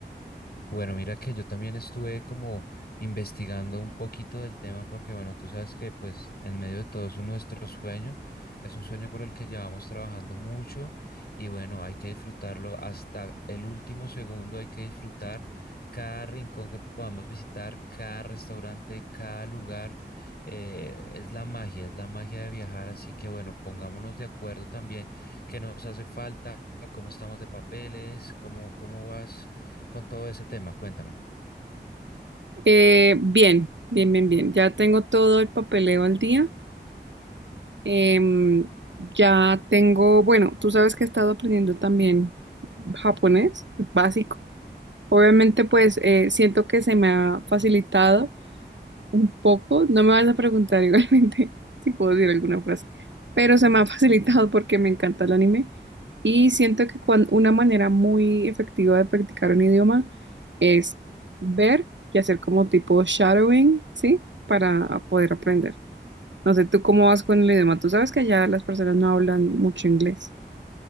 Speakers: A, on the left; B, on the right.
A: Bueno, mira que yo también estuve como investigando un poquito del tema porque, bueno, tú sabes que pues en medio de todo eso nuestro sueño es un sueño por el que llevamos trabajando mucho y bueno, hay que disfrutarlo hasta el último segundo, hay que disfrutar cada rincón que podamos visitar, cada restaurante, cada lugar. eh, es la magia, es la magia de viajar, así que bueno, pongámonos de acuerdo también qué nos hace falta, cómo estamos de papeles, cómo, cómo vas con todo ese tema? Cuéntame.
B: Eh, bien, bien, bien, bien. Ya tengo todo el papeleo al día. Em, ya tengo, bueno, tú sabes que he estado aprendiendo también japonés básico. Obviamente, pues eh, siento que se me ha facilitado un poco. No me vas a preguntar igualmente <laughs> si puedo decir alguna frase, pero se me ha <laughs> facilitado porque me encanta el anime y siento que cuan- una manera muy efectiva de practicar un idioma es ver y hacer como tipo shadowing, ¿sí? Para poder aprender. No sé, ¿tú cómo vas con el idioma? Tú sabes que allá las personas no hablan mucho inglés.